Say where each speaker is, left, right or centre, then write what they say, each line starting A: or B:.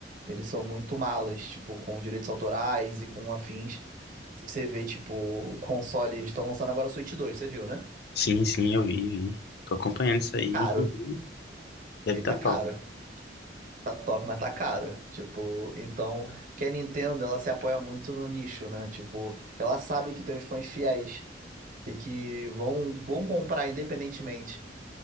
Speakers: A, on the right (about 45°); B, on the left (about 60°).
A: eles são muito malas, tipo, com direitos autorais e com afins. Se você vê, tipo, o console, eles estão lançando agora o Switch dois você viu, né?
B: Sim, sim, eu vi, vi. Tô acompanhando isso aí,
A: Caro.
B: inclusive. Deve
A: Ele
B: estar
A: tá caro.
B: top.
A: Tá top, mas tá caro. Tipo, então, que a Nintendo, ela se apoia muito no nicho, né? Tipo, ela sabe que tem uns fãs fiéis e que vão, vão comprar independentemente.